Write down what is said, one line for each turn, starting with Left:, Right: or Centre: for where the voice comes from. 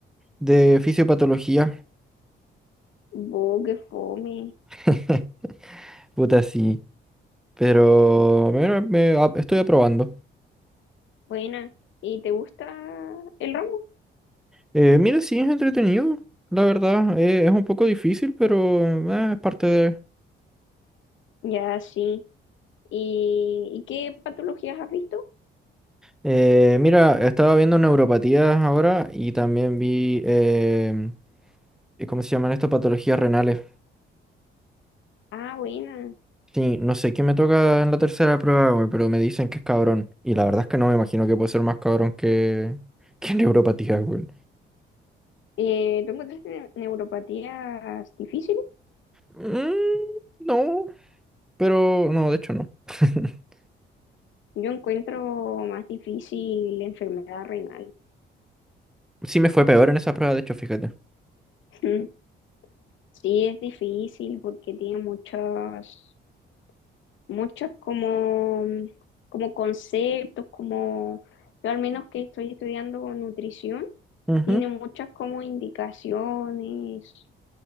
Centre: de fisiopatología.
Left: Oh, qué fome.
Centre: <laughs> Puta, sí. Pero mira, me, a- estoy aprobando.
Left: Buena. ¿Y te gusta el ramo?
Centre: Eh, mira, sí, es entretenido, la verdad. Eh, es un poco difícil, pero eh, es parte de...
Left: Ya, sí. ¿Y, y qué patologías has visto?
Centre: Eh, mira, estaba viendo neuropatías ahora y también vi, em, eh, ¿cómo se llaman estas patologías renales?
Left: Ah, buena.
Centre: Sí, no sé qué me toca en la tercera prueba, güey, pero me dicen que es cabrón. Y la verdad es que no me imagino que puede ser más cabrón que, <laughs> que neuropatía, güey.
Left: Eh, ¿tú encontraste ne- neuropatías difíciles?
Centre: Mm, no, pero no, de hecho no. <laughs>
Left: Yo encuentro más difícil la enfermedad renal.
Centre: Sí me fue peor en esa prueba, de hecho, fíjate.
Left: <laughs> Sí, es difícil porque tiene muchas muchos como, como conceptos, como yo al menos que estoy estudiando nutrición,
Centre: Ujú.
Left: tiene muchas como indicaciones,